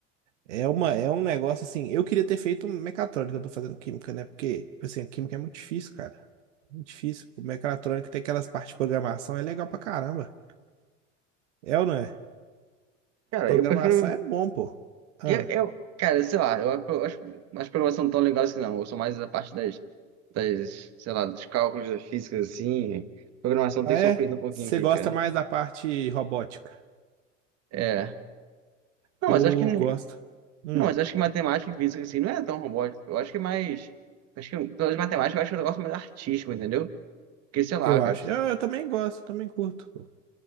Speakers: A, on the right (about 75°); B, on the right (about 45°).
A: É uma, é um negócio assim. Eu queria ter feito mecatrônica, eu tô fazendo química, né? Porque, assim, a química é muito difícil, cara. Muito difícil. O mecatrônico tem aquelas partes de programação, é legal pra caramba. É ou não é?
B: Cara,
A: Programação
B: eu prefiro.
A: é bom, pô. Ah,
B: Eu, eu- cara, sei lá, eu, eu acho as provas são tão legais assim, não. Eu sou mais a parte das, das, sei lá, dos cálculos das físicas, assim. Programação
A: ah
B: tem sofrido
A: é?
B: um pouquinho
A: Você
B: aqui,
A: gosta
B: cara.
A: mais da parte robótica?
B: É. Não,
A: Pô,
B: mas acho que. ne-
A: gosto. Hum,
B: Não, mas acho que matemática e física, assim, não é tão robótico. Eu acho que é mais. Acho que, pelas matemática, eu acho que é um negócio mais artístico, entendeu? Porque, sei lá,
A: eu acho.
B: cara.
A: Eu, eu também gosto, eu também curto.